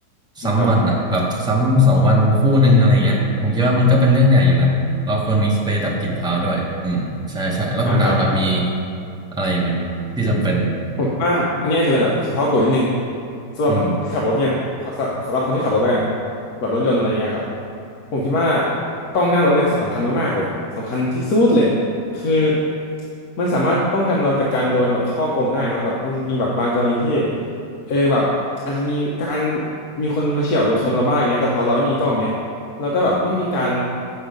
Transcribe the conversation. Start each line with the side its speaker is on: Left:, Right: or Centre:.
Left: อืมครับ
Centre: ซ้ำวันอะแบบซ้ำสองวันคู่หนึ่งอะไรเงี้ยผมคิดว่ามันก็เป็นเรื่องใหญ่อยู่นะเราควรมีสเปรย์ดับกลิ่นเท้าด้วยอืมใช่ใช่แล้วคุณน้ำล่ะมี
Left: อ่าครับ
Centre: อะไรอีกไหมที่จำเป็น
Left: ผมคิดว่าอันนี้อาจจะเป็นแบบเฉพาะกลุ่มนิดนึงสำหรับคนที่ขับรถยันขอสำสำหรับคนที่ขับรถแล้วกัน
Centre: อืม
Left: แบบรถยนต์อะไรเงี้ยครับผมคิดว่ากล้องหน้ารถเนี่ยสำคัญมากๆเลยสำคัญที่สุดเลยคือมันสามารถป้องกันเราจากการโดนแบบฉ้อโกงได้เนาะแบบมันจะมีแบบบางกรณีที่เออแบบอาจจะมีการมีคนมาเฉี่ยวรถชนเราบ้างเงี้ยแต่พอเราไม่มีกล้องเงี้ยเราก็แบบไม่มีการ